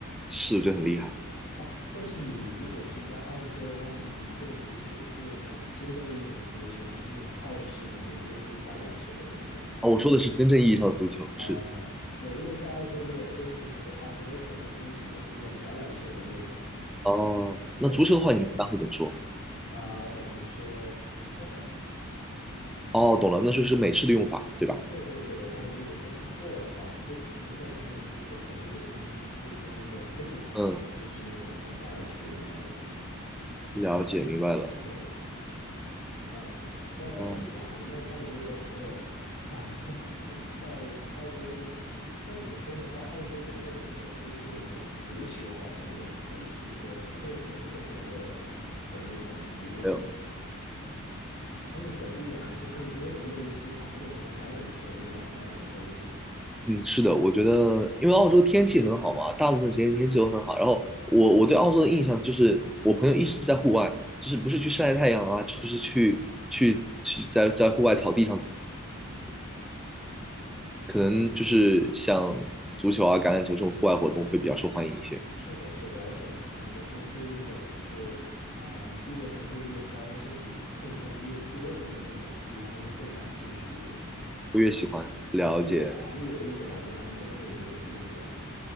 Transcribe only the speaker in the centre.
是我觉得很厉害
啊。我说的是真正意义上的足球，
是
哦。那足球的话，
你们一般会怎么说？
哦，懂了，那就是美式的用法，对吧？
嗯，
了解，明白了。
嗯，
没有。
嗯，是的，我觉得因为澳洲天气很好嘛，大部分时间天气都很好。然后我我对澳洲的印象就是，我朋友一直在户外，就是不是去晒太阳啊，就是去去去在在户外草地上，可能就是像足球啊、橄榄球这种户外活动会比较受欢迎一些，
我越喜欢了解。